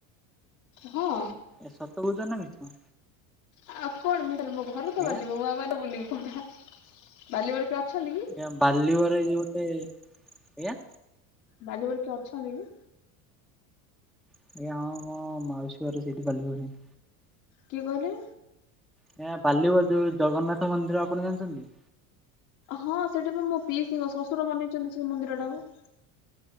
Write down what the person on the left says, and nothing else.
ହଁ।
ଆଉ କଣ ମୁକଇଲି ମୋ ଘରେତ
ବାଲିବ ମୁଁ ଆଉ ବାଲବ ବୁଲିବି କଣ ବାଲିବରେ କିଏ ଅଛନ୍ତିକି।
ବାଲିବରେ କିଏ ଅଛନ୍ତିକି?
କିଏ କହିଲେ?
ହଁ ସେଇଟାବା ମୋ ପିଇସିଙ୍କ ଶ୍ୱଶୁର ବନେଇଚନ୍ତି ସେ ମନ୍ଦିର ଟାକୁ।